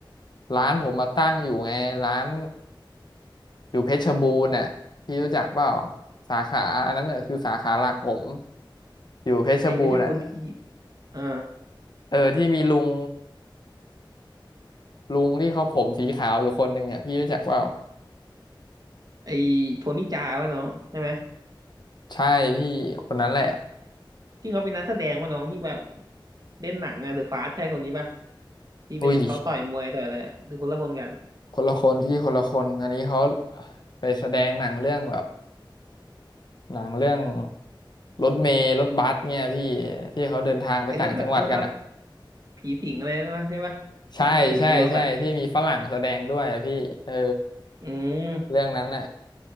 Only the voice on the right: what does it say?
ไอ้เพชรบูรณ์พี่อ่า
ไอ้โทนี่จาป่ะน้องใช่ไหม
ที่เขาเป็นนักแสดงป่ะน้องที่แบบเล่นหนังอะเดอะฟาสใช่คนนี้ป่ะที่เป็นเขาต่อยมวยต่อยอะไรอะหรือคนละคนกัน
ไอ้รถบัสรถบัสผีสิงอะไรนะใช่ป่ะที่มีผีในรถอะ
อืม